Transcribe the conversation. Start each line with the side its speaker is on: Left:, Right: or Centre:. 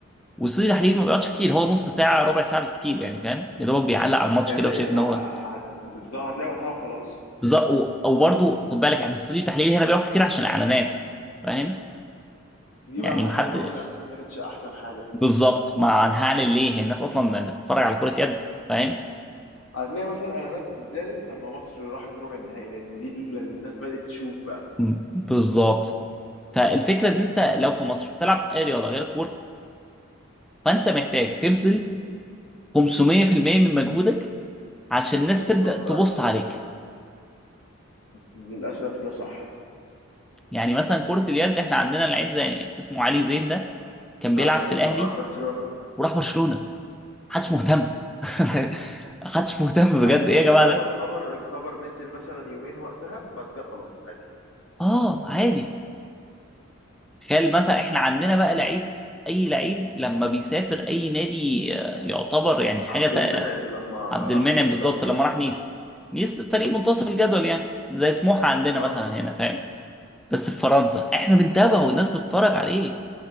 Centre: واستوديو تحليل ما بيقعدش كتير هو نص ساعه ربع ساعه بالكتير يعني فاهم يا دوبك بيعلق على الماتش
Left: دي
Centre: كده
Left: هتلاقي
Centre: وشايف
Left: ه-
Centre: ان هو
Left: هت... بالظبط هتلاقي وقتها وخلاص
Centre: بالظبط و- او برضه خد بالك احنا استوديو التحليل هنا بيقعد كتير عشان الاعلانات فاهم
Left: دي
Centre: يعني
Left: بقى
Centre: محد
Left: هتلاقي برضو الاعلانات ما كانتش احسن حاجه
Centre: بالظبط ما هنعلن ليه هي الناس اصلا بتتفرج على كره يد فاهم
Left: هتلاقي مثلا الاعلانات زادت لما مصر راحت ربع النهائي لان دي اللي الناس بدات تشوف بقى
Centre: م- بالظبط فالفكره ان انت لو في مصر بتلعب اي رياضه غير الكوره فانت محتاج تبذل 500% من مجهودك عشان الناس
Left: بالظبط
Centre: تبدا تبص
Left: ايوه
Centre: عليك
Left: ايوه للاسف ده صح
Centre: يعني مثلا كره اليد احنا عندنا لعيب زي اسمه علي زين ده كان بيلعب
Left: علي
Centre: في
Left: زين
Centre: الاهلي
Left: لما راح برشلونه
Centre: وراح برشلونه محدش مهتم <laughs> محدش مهتم
Left: عارف
Centre: بجد ايه
Left: انت
Centre: يا جماعه
Left: هو
Centre: ده
Left: الخبر الخبر نزل مثلا يومين وقتها وبعد كده خلاص عادي
Centre: اه عادي تخيل مثلا احنا عندنا بقى لعيب اي لعيب لما بيسافر اي نادي آه، يعتبر يعني حاجه
Left: عبد
Centre: تا-
Left: المنعم لما
Centre: عبد
Left: راح
Centre: المنعم
Left: نيس
Centre: بالظبط
Left: بقى مثلا
Centre: لما راح نيس نيس فريق منتصف الجدول يعني زي سموحه عندنا
Left: اه
Centre: مثلا هنا فاهم بس في فرنسا احنا بنتابعه والناس بتتفرج عليه